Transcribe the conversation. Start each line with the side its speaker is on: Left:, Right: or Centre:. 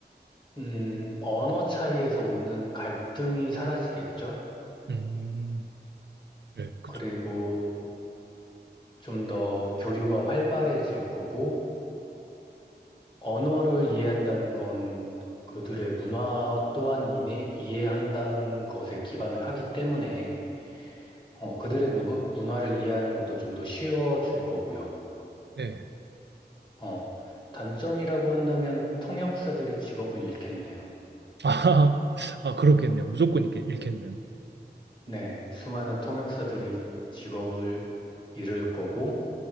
Left: 음, 언어 차이에서 오는 갈등이 사라지겠죠?
Right: 음, 네, 그쵸.
Left: 그리고 좀 더 교류가 활발해질 거고, 언어를 이해한다는 건 그들의 문화 또한 이해, 이해한다는 것에 기반을 하기 때문에, 어, 그들의 무, 문화를 이해하는 것도 좀 더 쉬워질 거고요.
Right: 네.
Left: 어, 단점이라고 한다면 통역사들이 직업을 잃겠네요.
Right: 아, <laughs> 아, 그렇겠네요. 무조건 읽, 읽겠네요.
Left: 네, 수많은 통역사들이 직업을 잃을 거고,